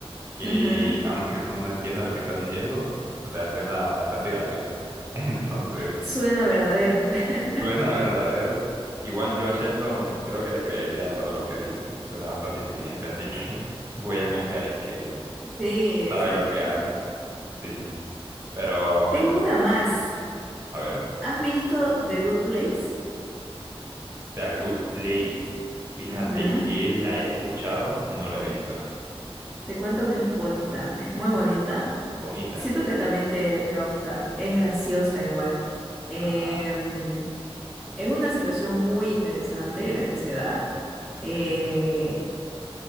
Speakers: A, on the right (about 25°); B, in the centre.
A: que
B: Ujú,
A: aunque uno no entienda lo que están diciendo, o sea, suena bastante gracioso. <laughs> Entonces,
B: Suena verdadero. <laughs>
A: suena verdadero. Igual yo a Sheldon creo que le creería todo lo que dice. Suena bastante inteligente, así que <laughs> voy a confiar en que
B: Sí, exacto.
A: sabe lo que habla. Sí. Pero bueno,
B: Tengo una más.
A: a ver.
B: ¿Has visto The Good Place?
A: The Good Place. Fíjate
B: Ujú,
A: que la he escuchado, no la he visto.
B: Te cuento que es bonita, es muy bonita.
A: Bonita.
B: Siento que también te, te va a gustar. Es graciosa igual. Em,
A: Ah,
B: es una situación muy interesante la que se da.
A: ok.
B: Eh,
A: <laughs>